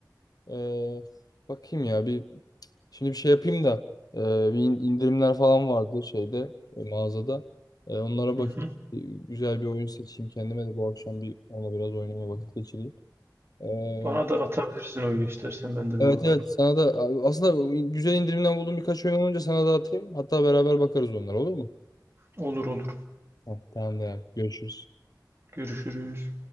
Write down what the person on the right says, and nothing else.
Hı
hı.
Bana da atabilirsin oyunu istersen ben de
bir bakarım.
Olur olur.
Görüşürüz.